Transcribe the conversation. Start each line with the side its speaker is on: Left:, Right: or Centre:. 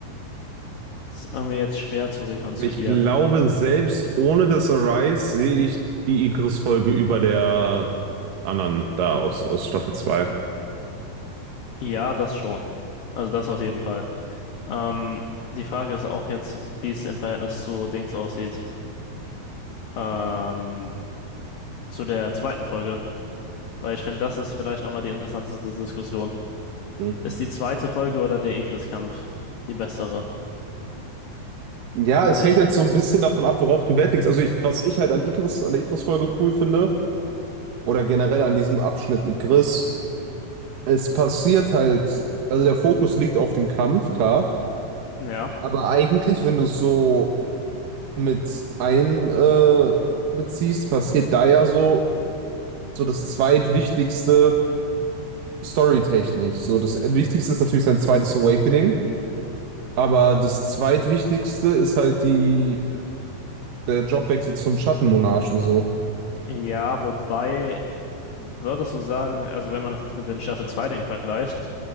Left: Das Ist irgendwie jetzt schwer zu rekonstruieren.
Right: Aber ich glaube, selbst ohne das Arise sehe ich die Igris-Folge über der anderen da aus, aus Staffel 2.
Left: Ja, das schon. Also das auf jeden Fall. Ähm, die Frage ist auch jetzt, wie es im Verhältnis zu Dings aussieht. Ähm, zu der zweiten Folge. Weil ich finde, das ist vielleicht nochmal die interessanteste Diskussion.
Right: Mhm.
Left: Ist die zweite Folge oder der Igris-Kampf die bessere?
Right: Ja, es
Left: Weil,
Right: hängt halt so ein bisschen davon ab, worauf du Wert legst. Also ich, was ich halt an Igris, an der Igris-Folge cool finde, oder generell an diesem Abschnitt Igris, es passiert halt, also der Fokus liegt auf dem Kampf, klar.
Left: ja,
Right: Aber eigentlich, wenn du es so mit ein äh, beziehst, passiert da ja so, so das zweitwichtigste storytechnisch. So das Wichtigste ist natürlich sein zweites Awakening, aber das zweitwichtigste ist halt die, der Jobwechsel zum Schattenmonarchen so.
Left: ja, wobei Würdest du sagen, also wenn man das jetzt mit den Staffel zwei dingen vergleicht,